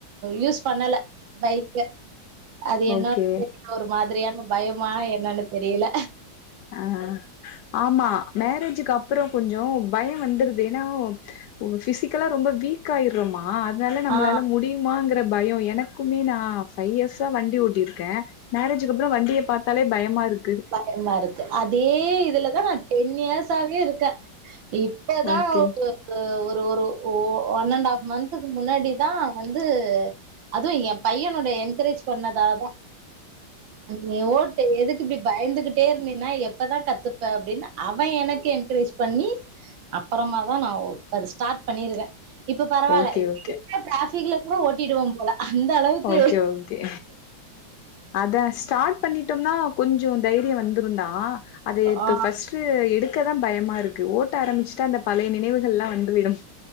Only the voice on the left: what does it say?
ஓகே
அ ஆமா மேரேஜுக்கு அப்றோ கொஞ்சோ பயோ வந்துற்து ஏன்னா ஒ ஃபிசிக்கலா ரொம்ப வீக் ஆய்றோமா அனால நம்மளால
முடியுமாங்கற பயோ எ னக்குமே நா ஃபைவ் இயர்ஸ்சா வண்டி ஓட்டிருக்க மேரேஜுக்கு அப்றோ வண்டிய பாத் தாலே பயமா இருக்கு
ஓகே
ஓகே
ஓகே
ஓகே ஓகே அத ஸ்டார்ட் பண்ணிட்டோனா கொஞ்சோ தைரிய வந்துருந்தா அத எத்து
ஃபர்ஸ்ட் டு எடுக்கதா பயமா இருக்கு ஓட்ட ஆரம்பிச்சுட்டா அந்த பழய நினைவுகல்லா வந்து விடும்